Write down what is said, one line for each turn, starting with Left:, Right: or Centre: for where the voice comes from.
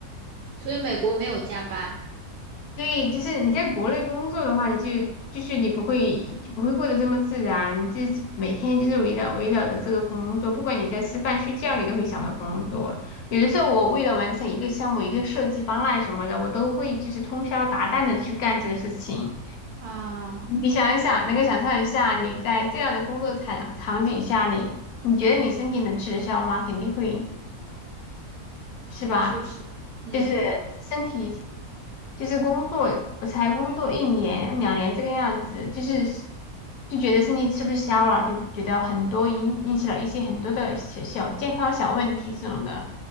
Right: 所以美国没有加班
Left: 对，就是你在国内工作的话，你就就是你不会就不会过得这么自然，就是每天就是围绕围绕着这个工作，不管你在吃饭睡觉，你都会想到工作。有的时候我为了完成一个项目、一个设计方案什么的，我都会就是通宵达旦的去干这个事情。
Right: 啊，
Left: 你想一想，能够想象一下，你在这样的工作场场景下，你你觉得你身体能吃得消吗？肯定会。是吧？
Right: 确实，嗯。
Left: 就是身体，就是工作，我才工作一年两年这个样子，就是就觉得身体吃不消了，就觉得很多引引起了一些很多的小小健康小问题这种的，